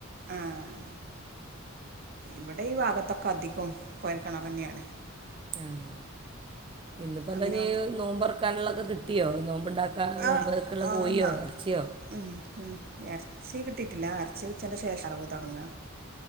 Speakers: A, on the right; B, on the right.
A: ആഹ് ഇവിടെ ഈ ഭാഗത്തൊക്കെ അധികവും കോയൽക്കിണർ തന്നെയാണ്
B: ആഹ് ഇന്നിപ്പോൾ എന്താ
A: അങ്ങനെ
B: നോമ്പുറക്കാനുള്ളതൊക്കെ കിട്ടിയോ നോമ്പുണ്ടാക്ക നോമ്പുറക്കുള്ള
A: ആഹ് ആഹ്
B: കോഴിയോ
A: എന്നാ
B: ഇറച്ചിയോ
A: ഉം ഉം ഇറച്ചി കിട്ടിയിട്ടില്ല ഇറച്ചി ഉച്ചേന്റെ ശേഷം അറവ് തുടങ്ങുക